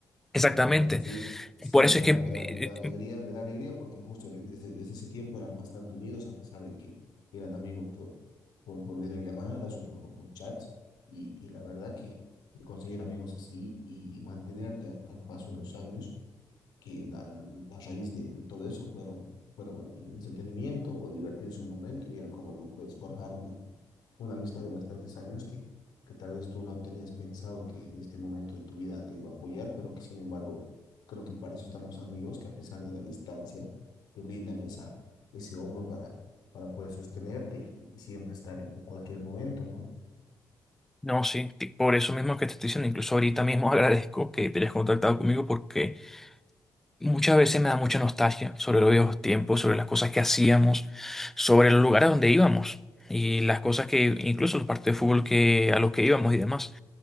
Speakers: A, in the centre; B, on the left.
A: Exactamente.
B: Ah, bueno, sí, sí,
A: Por
B: me
A: eso
B: da,
A: es que, eh,
B: me da, me da alegría,
A: eh,
B: me da alegría porque justo en- desde, desde ese tiempo eran bastante unidos a pesar de que eran amigos por, por, por videollamadas o por, o por chats y, y la verdad que, que conseguir amigos así y, y mantenerte al, al paso de los años, que la, la raíz de, de todo eso fueron, fueron el entretenimiento o divertirse un momento y mira cómo tú puedes forjar una, una amistad de bastantes años que, que tal vez tú no tenías pensado que en este momento de tu vida te iba a apoyar, pero que sin embargo creo que para eso están los amigos, que a pesar de la distancia te brindan esa, ese hombro para, para poder sostenerte y siempre estar en, en cualquier momento, ¿no?
A: no, sí, que por eso mismo que te estoy diciendo, incluso ahorita mismo <laughs> agradezco que te hayas contactado conmigo porque Muchas veces me da mucha nostalgia sobre los viejos tiempos, sobre las cosas que hacíamos, sobre los lugares donde íbamos y las cosas que, incluso los partidos de fútbol que, a los que íbamos y demás.